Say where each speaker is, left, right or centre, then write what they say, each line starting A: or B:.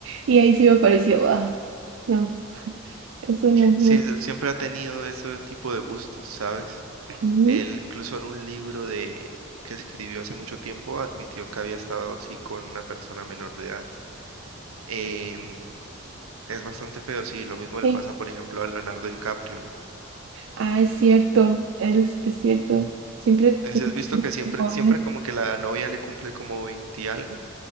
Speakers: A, on the right (about 65°); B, on the right (about 85°).
A: Y ahí sí me pareció, ah, no, eso no.
B: sí,
A: no,
B: es- él siempre ha tenido ese tipo de gustos, ¿sabes?
A: no,
B: Él incluso en un libro de que escribió hace mucho tiempo admitió que había estado así con una persona menor de edad. Em, es bastante feo, sí, lo mismo le
A: Sí.
B: pasa, por ejemplo, a Leonardo DiCaprio, ¿no?
A: Ah, es cierto, es, es cierto. Siempre
B: Eh,
A: tiene
B: Si has visto
A: <laughs>
B: que siempre,
A: jóvenes.
B: siempre como que la novia le cumple como 20 y algo,